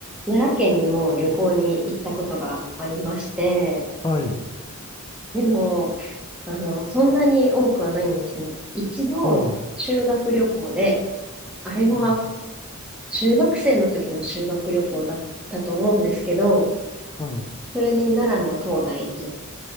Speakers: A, in the centre; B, on the left.
A: 奈良県にも旅行に行ったことがありまして、
B: はい、
A: でも、あの、そんなに多くはないんですね。一度、
B: はい、
A: 修学旅行で、あれは
B: はい、
A: 中学生の時の修学旅行だったと思うんですけど、
B: はい。
A: それで奈良の東大寺